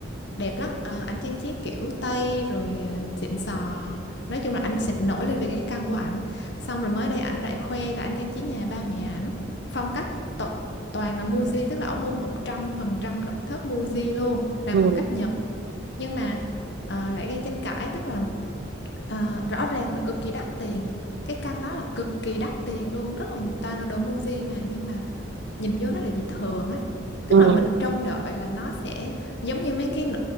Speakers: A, on the left (about 60°); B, on the right (about 60°).
A: đẹp lắm Ờ, ảnh trang trí kiểu Tây rồi à, xịn sò nói chung là ảnh xịn nổi lên về cái căn của ảnh xong rồi mới đây ảnh lại khoe là ảnh trang trí nhà ba mẹ ảnh phong cách to toàn là Muji tức là ổng mua 100% nội thất Muji luôn làm
B: ừ,
A: phong
B: ừ.
A: cách Nhật nhưng mà ờ, lại gây tranh cãi tức là ờ, rõ ràng là cực kỳ đắt tiền cái căn đó là cực kỳ đắt tiền luôn rất là toàn là đồ Muji mà nhưng mà nhìn vô nó lại bị thường á tức
B: ừ.
A: là mình trông đợi là nó sẽ giống như mấy cái n-